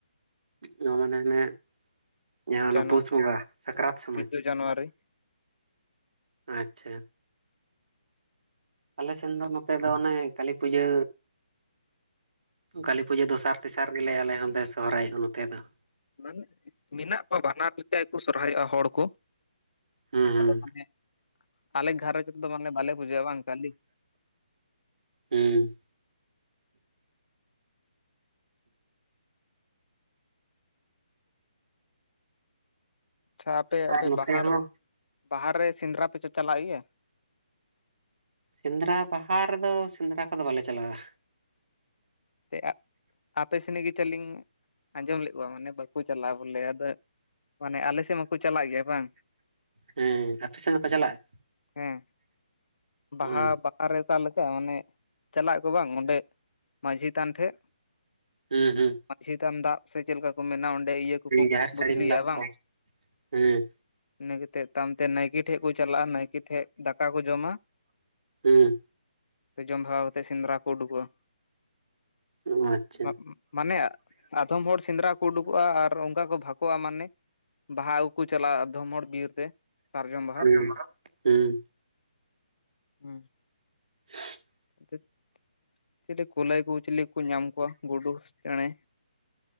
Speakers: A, on the right (about 55°); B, on the left (about 85°).
A: ᱱᱚᱣᱟ ᱢᱟᱱᱮ ᱦᱮᱱᱮᱜ ᱡᱟᱦᱟᱸ ᱚᱱᱟ
B: ᱡᱟᱱᱩᱣᱟᱨ
A: ᱯᱩᱥ ᱵᱚᱸᱜᱟ ᱥᱟᱠᱨᱟᱛ ᱥᱚᱢᱚᱭ
B: ᱪᱳᱫᱫᱳ ᱡᱟᱱᱩᱣᱟᱨᱤ
A: ᱟᱪᱪᱷᱟ ᱟᱞᱮ ᱥᱮᱱ ᱫᱚ ᱱᱚᱛᱮ ᱫᱚ ᱚᱱᱮ ᱠᱟᱹᱞᱤ ᱯᱩᱡᱟᱹ ᱠᱟᱹᱞᱤ ᱯᱩᱡᱟᱹ ᱫᱚᱥᱟᱨ ᱛᱮᱥᱟᱨ ᱜᱮᱞᱮ ᱟᱞᱮ ᱦᱚᱸᱞᱮ ᱥᱚᱦᱨᱟᱭᱚᱜᱼᱟ ᱱᱚᱛᱮ ᱫᱚ
B: ᱢᱟᱱᱮ ᱢᱮᱱᱟᱜ ᱠᱚᱣᱟ ᱵᱟᱱᱟᱨ ᱞᱮᱠᱟ ᱜᱮᱠᱚ ᱥᱚᱨᱦᱟᱭᱚᱜᱼᱟ ᱦᱚᱲ ᱠᱚ
A: ᱦᱩᱸ ᱦᱩᱸ
B: ᱟᱫᱚ ᱢᱟᱱᱮ ᱟᱞᱮ ᱜᱷᱟᱨᱚᱸᱡᱽ ᱨᱮᱫᱚ ᱢᱟᱱᱮ ᱵᱟᱞᱮ ᱯᱩᱡᱟᱹᱣᱟ ᱵᱟᱝ ᱠᱟᱹᱞᱤ
A: ᱦᱮᱸ
B: ᱟᱪᱪᱷᱟ ᱟᱯᱮ
A: ᱟᱨ
B: ᱟᱯᱮ
A: ᱱᱚᱛᱮ
B: ᱵᱟᱦᱟᱨ
A: ᱦᱚᱸ
B: ᱵᱟᱦᱟᱨ ᱨᱮ ᱥᱮᱸᱫᱽᱨᱟ ᱯᱮ ᱪᱟ ᱪᱟᱞᱟᱜ ᱜᱮᱭᱟ
A: ᱥᱮᱸᱫᱽᱨᱟ ᱵᱟᱦᱟ ᱨᱮᱫᱚ ᱥᱮᱸᱫᱽᱨᱟ ᱠᱚᱫᱚ ᱵᱟᱞᱮ ᱪᱟᱞᱟᱜᱼᱟ᱾
B: <unintelligible> ᱟᱯᱮ ᱥᱮᱱ ᱜᱮ ᱪᱚᱞ ᱞᱤᱧ ᱟᱸᱡᱚᱢ ᱞᱮᱫ ᱠᱚᱣᱟ ᱢᱟᱱᱮ ᱵᱟᱠᱚ ᱪᱟᱞᱟᱜᱼᱟ ᱵᱚᱞᱮ ᱟᱫᱚ ᱢᱟᱱᱮ ᱟᱞᱮ ᱥᱮᱫ ᱢᱟᱠᱚ ᱪᱟᱞᱟᱜ ᱜᱮᱭᱟ ᱵᱟᱝ
A: ᱦᱮᱸ ᱟᱯᱮ ᱥᱮᱱ ᱫᱚᱠᱚ ᱪᱟᱞᱟᱜᱼᱟ
B: ᱦᱮᱸ ᱵᱟᱦᱟ
A: ᱚ
B: ᱯᱟᱛᱟ ᱨᱮ ᱫᱚ ᱟᱞᱮ ᱥᱮᱫ ᱫᱚ ᱚᱱᱮ ᱪᱟᱞᱟᱜ ᱠᱚ ᱵᱟᱝ ᱚᱸᱰᱮ ᱢᱟᱺᱡᱷᱤ ᱛᱷᱟᱱ ᱴᱷᱮᱜ
A: ᱦᱩᱸ ᱦᱩᱸ
B: ᱢᱟᱺᱡᱷᱤ ᱛᱷᱟᱱ ᱫᱟᱜ ᱥᱮ ᱪᱮᱫ ᱞᱮᱠᱟ ᱠᱚ ᱢᱮᱱᱟ ᱚᱸᱰᱮ ᱤᱭᱟᱹ ᱠᱚᱠᱚ
A: ᱡᱟᱦᱮᱨ
B: ᱵᱚᱫᱞᱤᱭᱟ
A: ᱥᱟᱹᱲᱤᱢ ᱫᱟᱵ
B: ᱵᱟᱝ?
A: ᱠᱚ ᱦᱩᱸ
B: ᱤᱱᱟᱹ ᱠᱟᱛᱮᱫ ᱛᱟᱭᱚᱢ ᱛᱮ ᱱᱟᱭᱠᱮ ᱴᱷᱮᱜ ᱠᱚ ᱪᱟᱞᱟᱜᱼᱟ ᱱᱟᱭᱠᱮ ᱴᱷᱮᱜ ᱫᱟᱠᱟ ᱠᱚ ᱡᱚᱢᱟ
A: ᱦᱮᱸ ᱼᱼ
B: ᱡᱚᱢ ᱵᱷᱟᱜᱟᱣ ᱠᱟᱛᱮᱜ ᱥᱮᱸᱫᱽᱨᱟ ᱠᱚ ᱩᱰᱩᱠᱚᱜᱼᱟ᱾
A: ᱚ ᱟᱪᱪᱷᱟ
B: <unintelligible> ᱢᱟᱱᱮ ᱟᱫᱷᱚᱢ ᱦᱚᱲ ᱥᱮᱸᱫᱽᱨᱟ ᱠᱚ ᱩᱰᱩᱠᱚᱜᱼᱟ ᱟᱨ ᱚᱱᱠᱟ ᱠᱚ ᱵᱷᱟᱠᱚᱜᱼᱟ ᱢᱟᱱᱮ? ᱵᱟᱦᱟ ᱟᱹᱜᱩ ᱠᱚ ᱪᱟᱞᱟᱜᱼᱟ ᱟᱫᱷᱚᱢ ᱦᱚᱲ ᱵᱤᱨ ᱛᱮ ᱥᱟᱨᱡᱚᱢ ᱵᱟᱦᱟ
A: ᱦᱩᱸ ᱦᱩᱸ ᱼᱼ
B: ᱦᱩᱸ ᱾
A: <inaudible>
B: ᱛᱮᱫ ᱪᱮᱞᱮ ᱠᱩᱞᱟᱹᱭ ᱠᱚ ᱪᱤᱞᱤ ᱠᱚ ᱧᱟᱢ ᱠᱚᱣᱟ ᱜᱩᱰᱩ ᱪᱮᱬᱮ